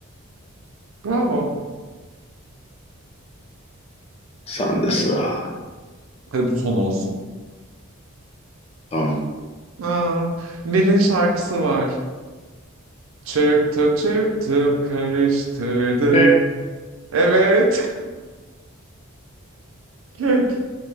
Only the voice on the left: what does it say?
sen de
sıra.
Tamam.
Peki.